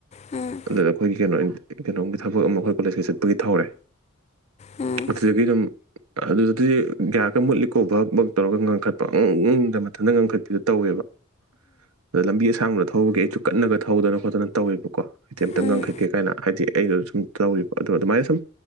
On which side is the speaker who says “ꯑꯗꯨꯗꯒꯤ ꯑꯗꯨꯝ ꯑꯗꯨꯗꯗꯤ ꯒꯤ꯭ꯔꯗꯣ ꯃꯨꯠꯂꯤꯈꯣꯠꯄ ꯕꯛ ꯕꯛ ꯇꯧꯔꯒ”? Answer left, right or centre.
Right